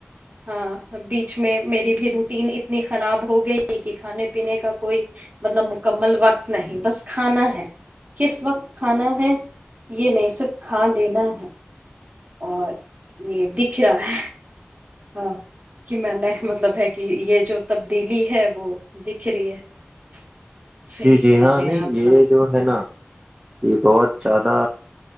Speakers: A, on the right; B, on the right.
A: ہ بیچ میں میری بھی روٹین اتنی خراب ہو گئی کہ کھانے پینے کا کوئی مطلب مکمل وقت نہیں بس کھانا ہے کس وقت کھانا ہے یہ نہیں صرف کھا لینا ہے <unintelligible> اور یہ دکھ رہا ہے <unintelligible> ہاں کہ میں نے مطلب ہے کہ یہ جو تبدیلی ہے وہ دکھ رہی ہے <unintelligible> صحیح
B: جی جی
A: کہہ
B: ہاں
A: رہے
B: نہیں
A: ہیں آپ
B: یہ
A: ہاں
B: جو ہے نا <unintelligible> یہ بہت زیادہ